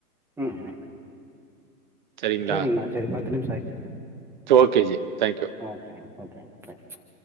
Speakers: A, in the centre; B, on the right.
A: ம் ம்
B: சரிங்களா?
A: செரிங்க அண்ணா சேரி பத்து நிம்ஷோ ஆயிட்சி
B: ஓகே ஜி. தேங்க்யூ.
A: ஓகேங்க ஓகேங்க தேங்க்யூ